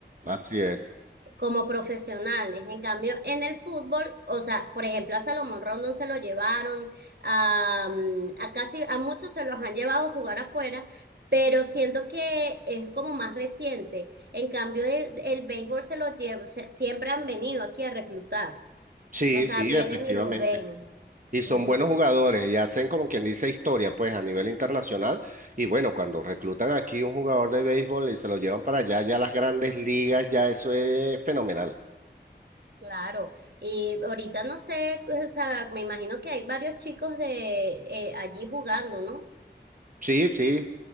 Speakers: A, on the right; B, on the right.
A: Así es.
B: como profesionales. En cambio, en el fútbol, o sea, por ejemplo, a Salomón Rondón se lo llevaron, a, a casi a muchos se los han llevado a jugar afuera, pero siento que es como más reciente. En cambio, el, el béisbol se los lleva, se- siempre han venido aquí a reclutar,
A: Sí,
B: o sea,
A: sí,
B: vienen
A: efectivamente.
B: y los ven.
A: Y son
B: Ujú,
A: buenos jugadores y hacen como quien dice historia, pues a nivel internacional. Y bueno, cuando reclutan aquí un jugador de béisbol y se lo llevan para allá, ya las grandes ligas, ya eso es fenomenal.
B: claro, y ahorita no sé, o sea, me imagino que hay varios chicos de eh, allí jugando, ¿no?
A: Sí, sí.